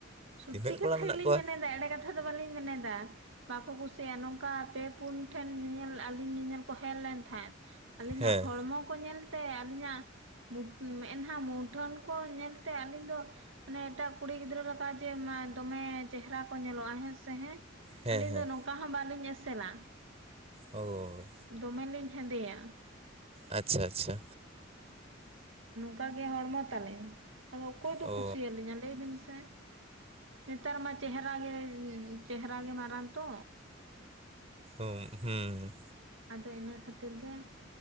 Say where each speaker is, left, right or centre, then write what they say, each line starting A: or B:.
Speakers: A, on the right (about 75°); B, on the right (about 30°).
A: ᱥᱚᱛᱛᱤ
B: ᱛᱤᱱᱟᱹᱜ ᱠᱚᱲᱟ
A: ᱠᱟᱛᱷᱟ
B: ᱢᱮᱱᱟᱜ
A: ᱜᱮᱞᱤᱧ
B: ᱠᱚᱣᱟ
A: ᱢᱮᱱᱮᱫᱟ ᱮᱲᱮ ᱠᱟᱛᱷᱟ ᱫᱚ ᱵᱟᱞᱤᱧ ᱢᱮᱱᱮᱫᱫᱟ ᱵᱟᱠᱚ ᱠᱩᱥᱤᱭᱟᱜᱼᱟ ᱱᱚᱝᱠᱟ ᱟᱯᱮ ᱯᱩᱱ ᱴᱷᱮᱱ ᱧᱮᱧᱮᱞ ᱟᱞᱤᱧ ᱧᱮᱧᱮᱞ ᱠᱚ ᱦᱮᱡ ᱞᱮᱱ ᱛᱟᱸᱦᱮᱸ ᱟᱞᱤᱧᱟᱜ
B: ᱦᱮᱸ
A: ᱦᱚᱲᱢᱚ ᱠᱚ ᱧᱮᱞ ᱛᱮᱸ ᱟᱹᱞᱤᱧᱟᱜ ᱢᱩ ᱢᱮᱫᱦᱟᱸ ᱢᱩᱴᱷᱟᱹᱱ ᱠᱚ ᱧᱮᱞᱛᱮ ᱟᱹᱞᱤᱧ ᱫᱚ ᱢᱟᱱᱮ ᱮᱴᱟᱜ ᱠᱩᱲᱤ ᱜᱤᱫᱽᱨᱟᱹ ᱨᱟᱯᱟᱜ ᱮᱫᱟᱭ ᱛᱮᱸ ᱢᱟ ᱫᱚᱢᱮ ᱪᱮᱦᱨᱟ ᱠᱚ ᱧᱮᱞᱚᱜᱼᱟ ᱦᱮᱸᱻ ᱥᱮᱸᱻ ᱦᱮᱸ
B: ᱦᱮᱸ
A: ᱟᱹᱞᱤᱧ
B: ᱦᱮᱸ
A: ᱫᱚ ᱱᱚᱝᱠᱟ ᱦᱚᱸ ᱵᱟᱟᱹᱞᱤᱧ ᱮᱥᱮ ᱥᱮᱞᱟ,
B: ᱚ
A: ᱫᱚᱢᱮ ᱞᱤᱧ ᱦᱮᱸᱫᱮᱭᱟ
B: ᱟᱪᱪᱷᱟᱻᱟᱪᱪᱷᱟ
A: ᱚᱱᱠᱟᱜ ᱜᱮ ᱦᱚᱲᱢᱚ ᱛᱟᱞᱤᱧ ᱟᱫᱚ ᱚᱠᱚᱭ ᱫᱚ
B: ᱚ
A: ᱠᱩᱥᱤᱭᱟᱞᱤᱧᱟ ᱞᱟᱹᱭ ᱵᱤᱱ ᱥᱮ ᱱᱮᱛᱟᱨ ᱢᱟ ᱪᱮᱦᱨᱟ ᱜᱮ ᱪᱮᱦᱨᱟ ᱜᱮ ᱢᱟᱨᱟᱝ ᱛᱚ
B: ᱚᱸ ᱦᱩᱸ
A: ᱟᱫᱚ ᱤᱱᱟᱹ ᱠᱷᱟᱹᱛᱤᱨ ᱜᱮ,